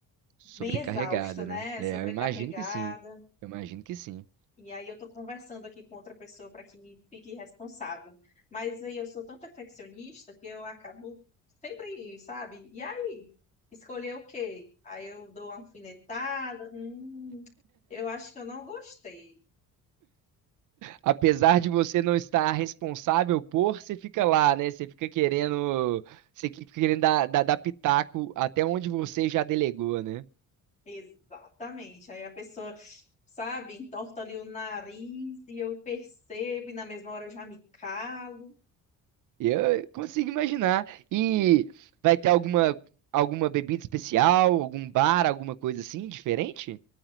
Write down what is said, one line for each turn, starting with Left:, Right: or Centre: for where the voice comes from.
Right: sobrecarregada,
Left: bem exausta, né?
Right: né? É,
Left: Sobrecarregada.
Right: eu imagino que sim. Eu imagino que sim.
Left: E aí eu estou conversando aqui com outra pessoa para que me fique responsável. Mas aí eu sou tão perfeccionista que eu acabo sempre, sabe? E aí, escolher o quê? Aí eu dou uma alfinetada. Hum, eu acho que eu não gostei.
Right: Apesar de você não estar responsável por, você fica lá, né? Você fica querendo, você fica querendo dar, dar, dar pitaco até onde você já delegou, né?
Left: Exatamente. Aí a pessoa, sabe, entorta ali o nariz e eu percebo, e na mesma hora eu já me calo.
Right: Eu consigo imaginar. E vai ter alguma alguma bebida especial, algum bar, alguma coisa assim diferente?